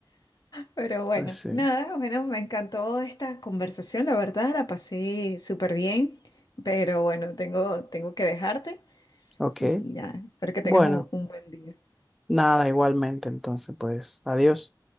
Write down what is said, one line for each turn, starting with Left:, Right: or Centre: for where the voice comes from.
Left: Pero bueno,
Centre: Pues sí,
Left: nada, bueno, me encantó esta conversación, la verdad, la pasé súper bien, pero bueno, tengo, tengo que dejarte
Centre: ok.
Left: y nada, espero que tengas
Centre: Bueno,
Left: un un buen día.
Centre: nada, igualmente, entonces, pues, adiós.